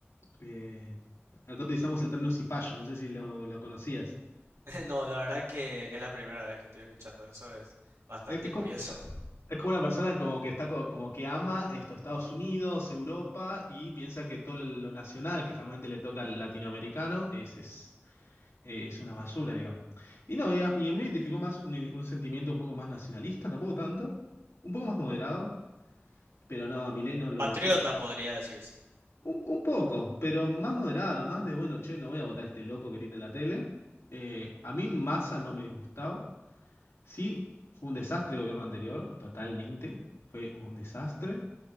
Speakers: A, on the left; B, on the right.
A: Eh, acá utilizamos el término cipayo, no sé si lo, lo conocías.
B: <laughs> No, la verdad que es la primera vez que estoy escuchando eso, es bastante
A: Es, es como-
B: curioso. <laughs>
A: Es como una persona como que está co- como que ama esto, Estados Unidos, Europa, y piensa que todo lo nacional que jamás le toca al latinoamericano es, es, eh, es una basura, digamos. Y no, y a, y a mí me identificó más un, un sentimiento un poco más nacionalista, tampoco tanto, un poco más moderado, pero no, a Milei no lo
B: Patriota
A: voté.
B: podría decirse.
A: Un, un poco, pero más moderado, más de bueno, che, no voy a votar a este loco que grita en la tele. Eh, a mí Massa no me disgustaba. Sí, fue un desastre el gobierno anterior, totalmente. Fue un desastre